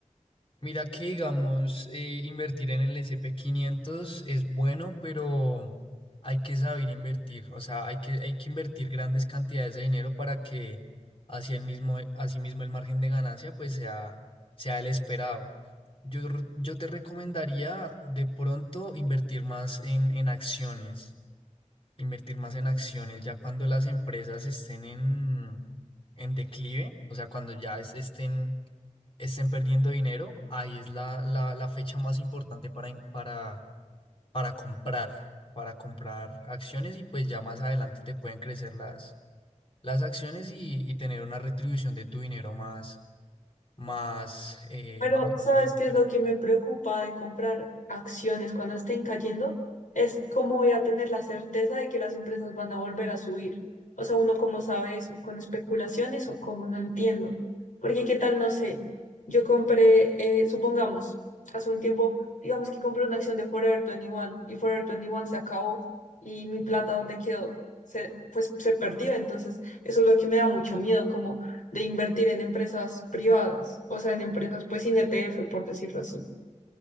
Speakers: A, on the left; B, on the left.
A: Mira que, digamos, eh, invertir en el S&P 500 es bueno, pero hay que saber invertir, o sea, hay que, hay que invertir grandes cantidades de dinero para que así el mismo, así mismo el margen de ganancia pues sea, sea el esperado. Yo, r- yo te recomendaría de pronto invertir más en, en acciones. Invertir más en acciones, ya cuando las empresas estén en, en declive, o sea, cuando ya es- estén, estén perdiendo dinero, ahí es la, la, la fecha más importante para, in- para, para comprar, para comprar acciones y pues ya más adelante te pueden crecer las, las acciones y, y tener una retribución de tu dinero más, más, eh,
B: Pero,
A: más grande
B: ¿sabes qué es lo que me preocupa de comprar acciones cuando estén cayendo? Es cómo voy a tener la certeza de que las empresas van a volver a subir. O sea, uno cómo sabe eso, con especulaciones o cómo no entiendo. Porque qué tal, no sé, yo compré, eh, supongamos, hace un tiempo, digamos que compré una acción de Forever 21 y Forever 21 se acabó y mi plata, ¿dónde quedó? Se, pues se perdió. Entonces, eso es lo que me da mucho miedo, como de invertir en empresas privadas, o sea, en empresas pues sin ETF, por decirlo así.